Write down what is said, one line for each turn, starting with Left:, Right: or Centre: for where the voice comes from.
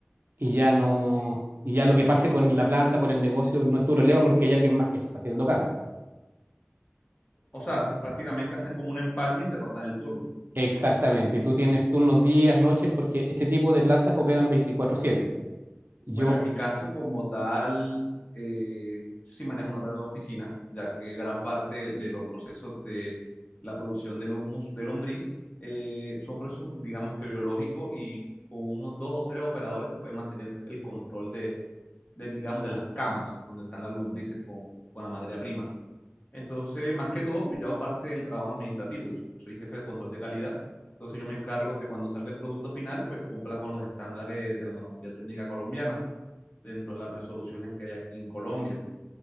Right: y ya no,
Left: Ok.
Right: y ya lo que pase con la planta, con el negocio, no es tu problema porque hay alguien más que se está haciendo cargo.
Left: O sea, prácticamente hacen como un empalme y se rotan el turno.
Right: Exactamente, y tú tienes turnos días, noches, porque este tipo de plantas operan veinticuatro siete Yo,
Left: Bueno, en mi caso como tal, eh, yo sí manejo un horario de oficina, ya que gran parte de, de los procesos de la producción del humus, de lombriz, eh, son procesos, digamos que biológicos y con unos dos o tres operadores se puede mantener el control de, del, digamos, de las camas donde están las lombrices con, con la materia prima. Entonces, más que todo, pues yo hago parte del trabajo administrativo, yo soy jefe de control de calidad, entonces yo me encargo que cuando salga el producto final, pues cumpla con los estándares de la normativa técnica colombiana dentro de las resoluciones que hay aquí en Colombia.